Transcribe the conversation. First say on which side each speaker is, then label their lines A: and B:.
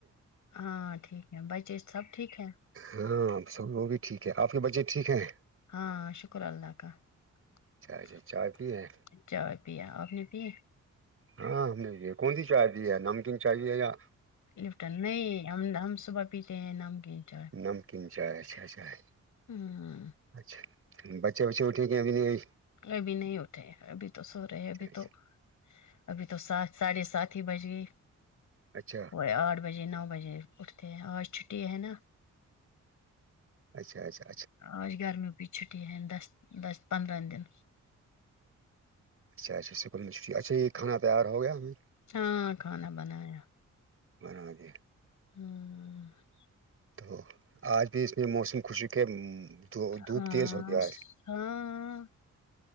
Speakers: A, on the left; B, on the right.
A: ہاں ٹھیک ہے بھائی سب ٹھیک ہے
B: ہاں سب وہ بھی ٹھیک ہے آپ کے بجے ٹھیک ہیں
A: ہاں شکر اللہ کا
B: اچھا
A: <inaudible>
B: اچھا چائے پی ہے ہاں ہمے کون سی چائے بھی ہے نمکین چائے بھی ہے یا
A: لفٹن نہیں ہم ہم صبح پیتے ہیں نام کیٹ
B: نمکین چائے اچھاھائے
A: ہوں
B: اچھا بچے اٹھے گے ہیں ابھی نہیں
A: ابھی نہیں اٹھے ابھی تو سو رہے ابھی
B: اچھا
A: تو ابھی تو سات ساڑھے سات ہی بج گئی
B: اچھا
A: کو آٹھ بجے نو بجے اٹھتے ہیں آج چھٹی ہے نا
B: اچھا اچھا
A: آج گرمیوں کی چھٹی ہے دس دس پندرہ دن
B: اچھا اچھا سکول میں چھٹی ہے اچھا یہ کھانا تیار ہو گیا ہمیں
A: ہاں کھانا بنایا
B: بنا دے
A: ہاں ہوں
B: تو آج بھی اس میں موسم خشی کے ہے دھوپ
A: ہاں
B: تیز ہو گیا آج
A: ہاں ہاں